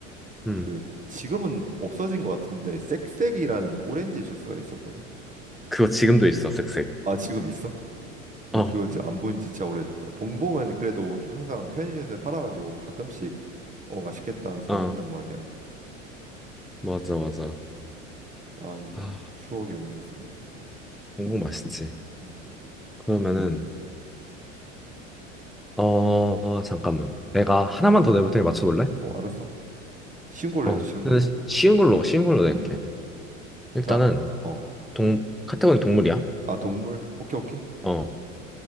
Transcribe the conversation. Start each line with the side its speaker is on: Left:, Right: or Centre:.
Centre: 음,
Right: 그 지금은 없어진 것 같은데 쌕쌕이라는 오렌지 주스가 있었거든.
Centre: 그거 지금도 있어, 색색.
Right: 아 지금 있어? 근데
Centre: 어,
Right: 그거 진짜 안 보인 지 진짜 오래됐다. 봉봉은 그래도 이렇게 항상 편의점에서 팔아가지고 가끔씩 어 맛있겠다 하면서
Centre: 어,
Right: 먹는단 말이야.
Centre: 맞아, 맞아.
Right: 음. 아이
Centre: 아,
Right: 추억의 음료수네.
Centre: 공복 맛있지.
Right: 음.
Centre: 그러면은, 어, 어, 잠깐만. 내가 하나만 더 내볼 테니 맞춰볼래?
Right: 어 알았어. 쉬운 걸로
Centre: 어,
Right: 해줘 쉬운
Centre: 근데
Right: 걸로.
Centre: 쉬- 쉬운 걸로, 쉬운 걸로 낼게.
Right: 응응.
Centre: 일단은
Right: 자, 어.
Centre: 동 카테고리 동물이야.
Right: 아 동물. 오케이 오케이.
Centre: 어.